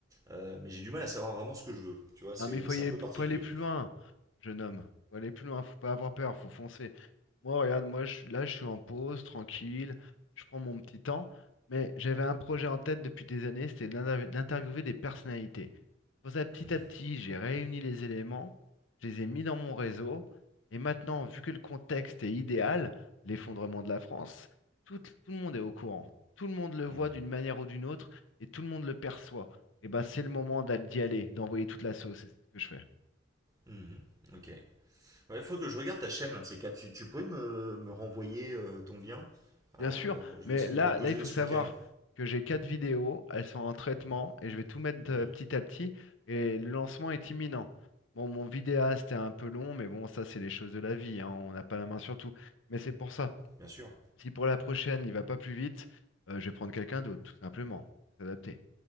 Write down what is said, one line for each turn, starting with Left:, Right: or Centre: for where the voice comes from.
Right: euh, mais j'ai du mal à savoir vraiment ce que je veux. Tu vois, c'est
Left: Non, mais il faut
Right: c'est
Left: y
Right: un
Left: aller,
Right: peu particulier.
Left: faut aller plus loin, jeune homme. Faut aller plus loin, faut pas avoir peur, faut foncer. Moi, regarde, moi, je, là, je suis en pause, tranquille, je prends mon petit temps. Mais j'avais un projet en tête depuis des années, c'était d'interv- d'interviewer des personnalités. Pour ça, petit
Right: Mhm,
Left: à petit, j'ai réuni les éléments, je les ai mis dans mon réseau, et maintenant, vu que le contexte est idéal, l'effondrement de la France, tout, tout le monde est au courant. Tout le monde le voit
Right: mhm,
Left: d'une manière ou d'une autre, et tout le monde le perçoit. Et ben c'est le moment d'a- d'y aller, d'envoyer toute la sauce, et c'est ce que je fais.
Right: mhm, ok. Il faut que je regarde ta chaîne, un de ces quatre. Tu, tu pourrais me, me renvoyer euh, ton lien
Left: Bien
Right: Euh,
Left: sûr,
Right: Je
Left: mais
Right: vais essayer
Left: là,
Right: de me poser
Left: là, il faut
Right: ce
Left: savoir
Right: week-end.
Left: que j'ai quatre vidéos, elles sont en traitement,
Right: Mhm,
Left: et je vais tout mettre
Right: mhm,
Left: euh, petit à petit, et le lancement est imminent. Bon, mon vidéaste est un peu long, mais bon, ça, c'est les choses de la vie, hein, on n'a pas la main sur tout. Mais c'est pour ça.
Right: Bien sûr.
Left: Si pour la prochaine, il va pas plus vite, euh, je vais prendre quelqu'un d'autre, tout simplement, Faut s'adapter.